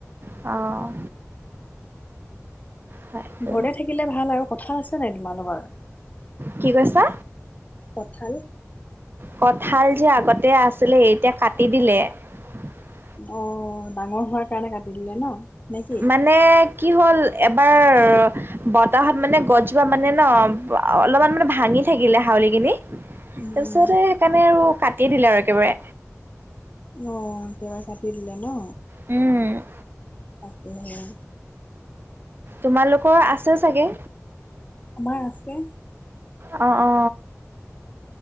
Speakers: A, on the right; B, on the left.
A: অ সেইটো
B: ঘৰতে থাকিলে ভাল আৰু কঁঠাল আছে নাই তোমালোকৰ
A: কি কৈছা
B: কঁঠাল
A: কঁঠাল যে আগতে আছিলে এতিয়া কাটি দিলে <unintelligible>
B: অ ডাঙৰ হোৱাৰ কাৰণে কাটি দিলে ন নে কি?
A: মানে কি হ'ল এবাৰ বতাহত মানে গছজোপা মানে ন অলপমান মানে ভাঙি থাকিলে হাউলিকিনি তাৰপিছত
B: উম উম
A: সে সেইকাৰণে আৰু কাটি দিলে আৰু একেবাৰে
B: অ একেবাৰে কাটি দিলে ন
A: উম
B: তাকেহে।
A: তোমালোকৰ আছে চাগে?
B: আমাৰ আছে
A: অ অ